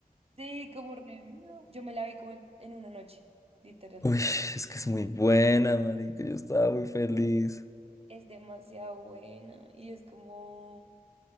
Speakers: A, on the right; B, on the left.
A: Sí, como re- no, Yo me la vi como en una noche, literal.
B: <laughs> Uy, es que es muy buena, marica, yo estaba muy feliz.
A: Es demasiado buena y es como,